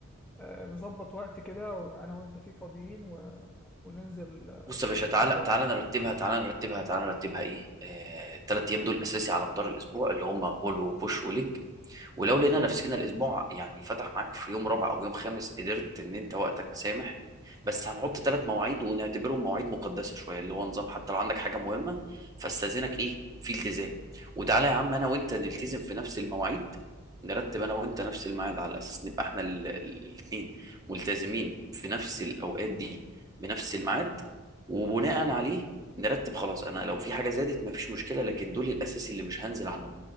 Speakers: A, in the centre; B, on the right.
A: آه، نظبط وقت كده وانا وانت فيه فاضيين و... وننزل آه،
B: بص يا باشا
A: نشوف
B: تعالى
A: الحوار
B: تعالى نرتبها تعالى نرتبها تعالى نرتبها ايه آه، الثلاث ايام دول اساسي على مدار الاسبوع اللي هم بول وبوش وليج ولو لقينا نفسنا الاسبوع يعني فتح معاك في يوم رابع او يوم خامس قدرت ان انت وقتك سامح بس هنحط ثلاث مواعيد ونعتبرهم مواعيد مقدسه شويه اللي هو نظام حتى لو عندك حاجه مهمه فاستاذنك ايه في التزام وتعالى يا عم انا وانت نلتزم في نفس المواعيد نرتب انا وانت نفس الميعاد على اساس نبقى احنا الاثنين ملتزمين في نفس الاوقات دي بنفس الميعاد وبناء عليه نرتب خلاص انا لو في حاجه زادت مفيش مشكله لكن دول الاساسي اللي مش هنزل عنه